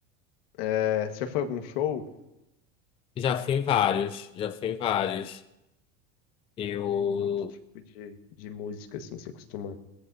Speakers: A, on the left (about 80°); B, on the left (about 20°).
A: É, você já foi a algum show?
B: Já fui em vários, já fui em vários. Eu
A: Que tipo de, de música assim você costuma